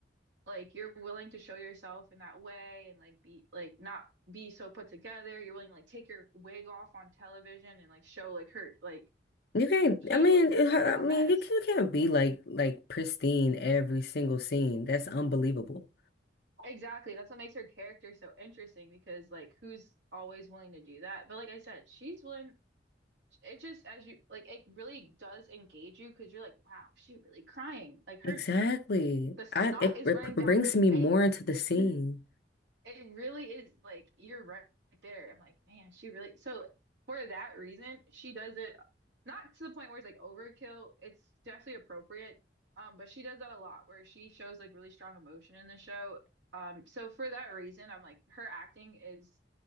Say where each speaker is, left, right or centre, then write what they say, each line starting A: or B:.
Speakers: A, on the right; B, on the left.
A: like you're willing to show yourself in that way and like be like not be so put together. You're willing to like take your wig off on television and like show like her like
B: You can't.
A: she
B: I mean,
A: l-
B: it- I
A: she's a
B: mean,
A: mess."
B: you, can't- you can't be like like pristine every single scene. That's unbelievable.
A: Exactly. That's what makes her character so interesting because like who's always willing to do that? But like I said, she's willing it just as you like it really does engage you because you're like wow she really crying like her
B: Exactly.
A: the snot
B: I it,
A: is
B: it
A: running
B: p-
A: down
B: brings
A: her
B: me
A: face.
B: more into the
A: <laughs>
B: scene.
A: It really is like you're right there. I'm like, man, she really so for that reason, she does it not to the point where it's like overkill. It's definitely appropriate. Um, but she does that a lot where she shows like really strong emotion in the show. Um, so for that reason, I'm like her acting is